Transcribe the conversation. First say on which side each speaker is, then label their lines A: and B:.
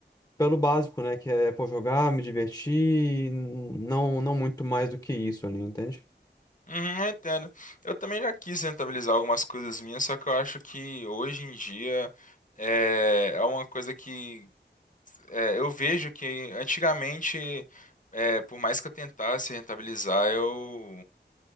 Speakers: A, on the left; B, on the left.
A: pelo básico, né? Que é, pô, jogar, me divertir, não, não muito mais do que isso ali, entende?
B: Uhum, eu entendo. Eu também já quis rentabilizar algumas coisas minhas, só que eu acho que hoje em dia é, é uma coisa que é, eu vejo que antigamente, é, por mais que eu tentasse rentabilizar, eu